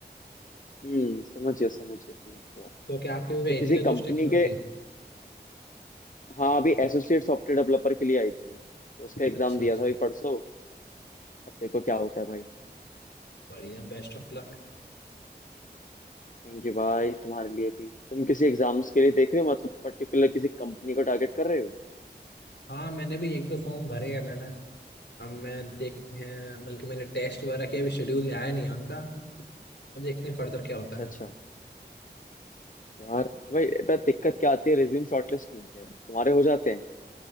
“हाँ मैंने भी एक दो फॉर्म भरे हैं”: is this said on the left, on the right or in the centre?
Left